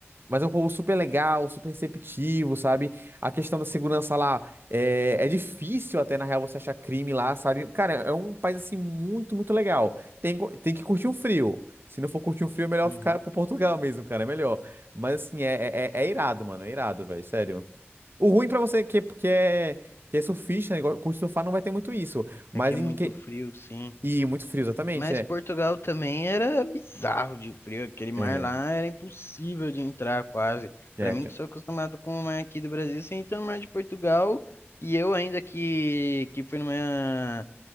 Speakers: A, on the right; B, on the left.
A: Mas é um povo super legal, super receptivo, sabe? A questão da segurança lá é, é difícil até, na real, você achar crime lá, sabe? Cara, é um país, assim, muito, muito legal. Tem, go- tem que curtir um frio. Se não for curtir um frio, é melhor
B: Uhum.
A: ficar pro Portugal mesmo, cara. É melhor. Mas, assim, é, é, é é irado, mano. É irado, velho. Sério. O ruim pra você que, que é, que é surfista, né, go- curte surfar, não vai ter muito isso. Mas
B: É que é
A: em
B: muito
A: que.
B: frio, sim.
A: E muito frio, exatamente.
B: Mas
A: É,
B: Portugal também era bizarro de frio. Aquele mar
A: é,
B: lá era impossível de entrar quase.
A: é,
B: Pra mim,
A: tch-
B: que sou acostumado com o mar aqui do Brasil, você entra no mar de Portugal. E eu ainda que, que fui numa.